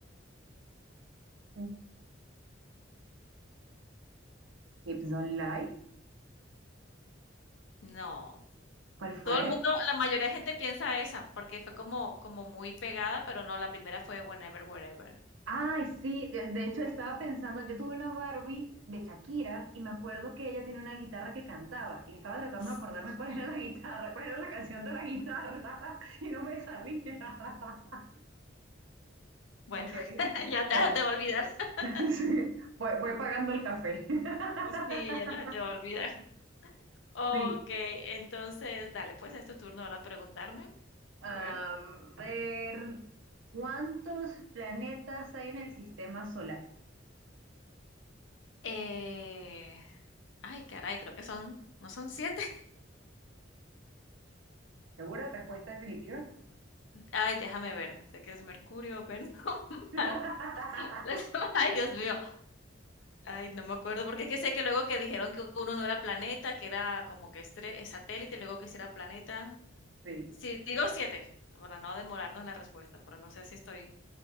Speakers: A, on the right; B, on the left.
A: Mm. Hips Don't Lie.
B: No,
A: ¿Cuál fue?
B: todo el mundo, la mayoría de gente piensa esa, porque fue como, como muy pegada, pero no, la primera fue Whenever, Wherever.
A: Ay, sí, de de hecho estaba pensando, yo tuve una Barbie de Shakira y me acuerdo que ella tenía una guitarra que cantaba y estaba tratando
B: Sí.
A: de acordarme cuál era la guitarra, cuál era la canción de la guitarra <laughs> y no me salía. <laughs>
B: Bueno,
A: Ok,
B: <laughs> ya, te-
A: bueno,
B: ya no te va a olvidar. <laughs>
A: <laughs> sí, voy, voy pagando el café. <laughs>
B: Sí, ya no se te va a olvidar. Okey,
A: Sí.
B: entonces, dale, pues, es tu turno ahora preguntarme.
A: A
B: A ver.
A: ver, ¿cuántos planetas hay en el sistema solar?
B: Eh, ay, caray, creo que son ¿no son siete.
A: ¿Segura? ¿Respuesta definitiva?
B: <laughs> Ay, déjame ver. Sé que es Mercurio, Venus, <laughs>
A: <laughs>
B: Marte. <laughs> Ay, Dios mío. Ay, no me acuerdo, porque es que sé que luego que dijeron que uno no era planeta, que era como que estre satélite, y luego que sí era planeta.
A: Sí.
B: Sí, digo 7, para no demorarnos en la respuesta, pero no sé si estoy